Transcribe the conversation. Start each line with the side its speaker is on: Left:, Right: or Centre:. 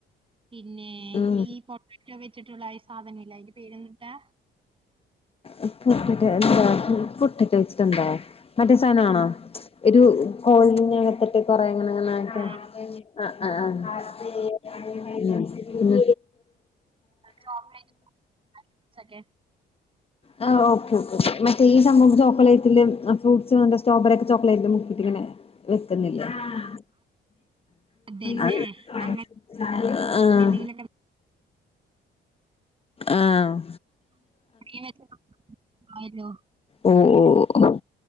Right: പിന്നേ
Left: ഉം
Right: ഈ പൊട്ടാറ്റോ വെച്ചിട്ടുള്ള അയ് സാധന ഇല്ലേ? അയ്ന്റെ പേരെന്തൂട്ടാ?
Left: ഈഹ് പൊട്ട മറ്റെ എന്താ പൊട്ടറ്റൊ വെച്ചിട്ടെന്താ? മറ്റേ സാധനാണോ? ഒരു കോലിനകത്തിട്ട് കൊറേ ഇങ്ങനെ ഇങ്ങനെ ആക്ക്.
Right: ആഹ്
Left: അതെയതെ ആഹ് ആഹ് ആഹ്. ഉം ഉം
Right: ചോക്ലേറ്റ് <inaudible> ക്കെ
Left: ആ ഓക്കെ ഓക്കെ ഓക്കെ. മറ്റെ ഈ സംഭവം ചോക്ലേറ്റില് ഫ്രൂട്ട്സ് സ്ട്രോബെറി ഒക്കെ ചോക്ലേറ്റില് മുക്കീട്ട് ഇങ്ങനെ വെക്കുന്നില്ലേ? ആഹ്
Right: അതന്നെ
Left: അഹ്
Right: അങ്ങനെ
Left: ആഹ്
Right: എന്തെങ്കിലുമൊക്കെ
Left: ആഹ്
Right: <inaudible> ആയല്ലോ
Left: ഓഹ് ഓഹ്